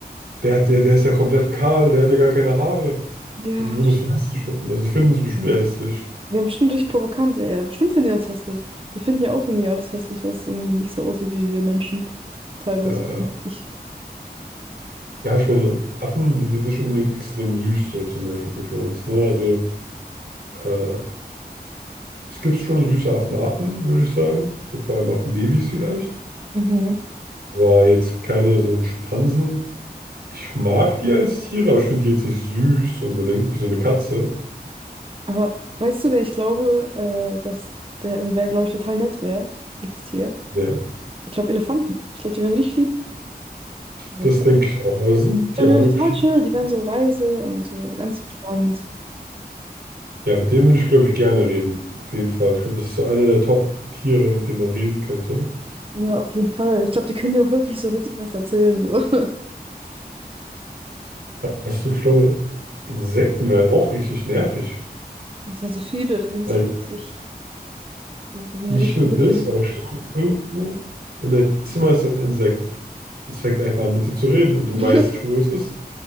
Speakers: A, on the right; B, on the right.
A: der hat, der, der ist ja komplett kahl, der hat ja gar keine Haare.
B: ja,
A: So, die würden es für hässlich finden. Also, die finden uns bestimmt ja hässlich.
B: wir haben bestimmt richtig provokant, ja, ja, bestimmt finden die uns hässlich. Wir finden ja auch irgendwie alles hässlich, was irgendwie nicht so aussieht wie wir Menschen. Teilweise.
A: Ja, ja.
B: Ich.
A: Ja, ich meine, Affen sind jetzt nicht unbedingt extrem süß, so zum Beispiel für uns, ne? Also, äh, Es gibt schon süße Affenarten, würde ich sagen. So vor allem Affenbabys vielleicht.
B: Mhm.
A: Aber jetzt keine so einen Schimpansen. Ich mag die als Tiere, aber ich finde die jetzt nicht süß unbedingt, wie so eine Katze.
B: Aber weißt du, wer ich glaube, äh, dass der, also wer, glaube ich, total nett wäre, ist hier.
A: Ja,
B: Ich glaube, Elefanten. Ich glaube, die wären richtig lieb. Also,
A: das
B: Ich glaub,
A: denke ich auch. Aber sind
B: Die
A: die
B: werden
A: auch wirklich.
B: total chill, die werden so weise und so ganz entspannt.
A: Ja, mit denen würde ich, glaube ich, gerne reden. Auf jeden Fall. Ich glaube, das ist so einer der Top-Tiere, mit dem man reden könnte.
B: Ja, auf jeden Fall. Ich glaube, die können dir auch wirklich so richtig was erzählen. So. <laughs>
A: Weißt du, ich glaube, Insekten wären auch richtig nervig.
B: Ach, es sind so viele, die würden
A: Weil
B: sich richtig, also die würden
A: nicht
B: ja richtig
A: nur
B: interessieren.
A: das, aber stell dir mal vor, irgendwo in deinem Zimmer ist ein Insekt. Es fängt einfach an, mit dir zu reden und du
B: <laughs>
A: weißt nicht, wo es ist.